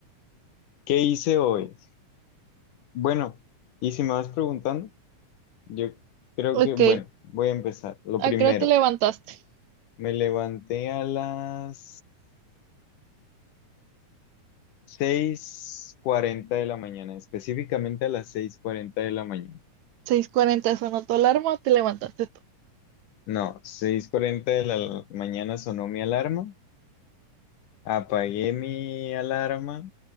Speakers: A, on the left; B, on the right.
A: ¿Qué hice hoy? Bueno, y si me vas preguntando, yo creo
B: Ok,
A: que, bueno, voy a empezar. Lo
B: ¿a
A: primero,
B: qué hora te levantaste?
A: me levanté a las seis cuarenta de la mañana, específicamente a las seis cuarenta de la mañana.
B: 6:40 sonó tu alarma, te levantaste tú.
A: No, seis cuarenta de la mañana sonó mi alarma, apagué mi alarma,